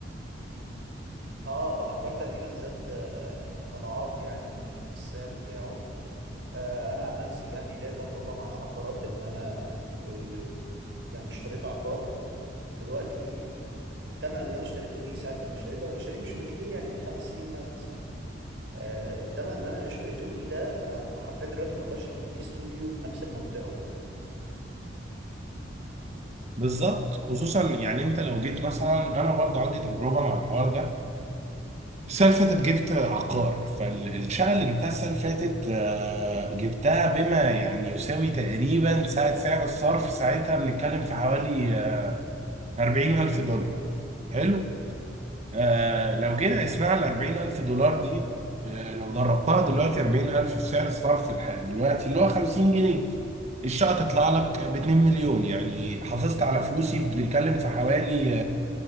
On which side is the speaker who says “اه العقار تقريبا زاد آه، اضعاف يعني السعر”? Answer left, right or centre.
Right